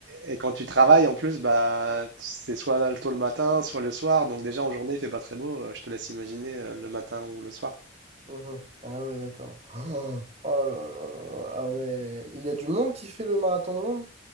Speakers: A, on the right (about 70°); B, on the right (about 35°).
A: et quand tu travailles, en plus, bah, c'est soit tôt le matin, soit le soir. Donc, déjà, en journée, il fait pas très beau. Euh, Je te laisse imaginer euh, le matin ou le soir.
B: Mhm. Ah ouais, d'accord. <gasps> Oh oh là là là là. Ah ouais. Il y a du monde qui fait le marathon de Londres?